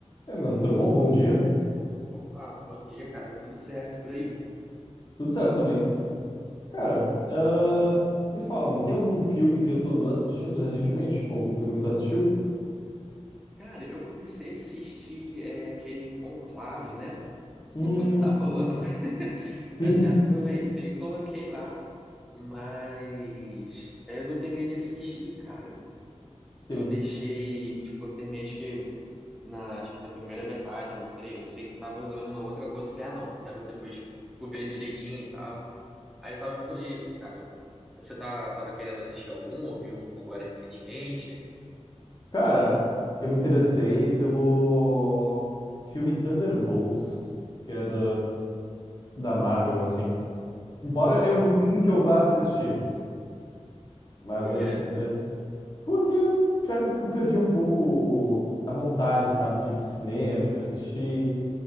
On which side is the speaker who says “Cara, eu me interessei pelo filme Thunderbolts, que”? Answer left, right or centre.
Left